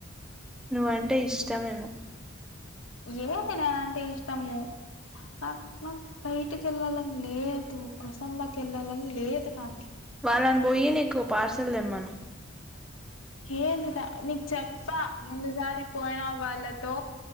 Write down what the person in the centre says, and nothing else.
నువ్వంటే ఇష్టమేమో.
వల్లనూ పోయి నీకు పార్సల్ తెమ్మను.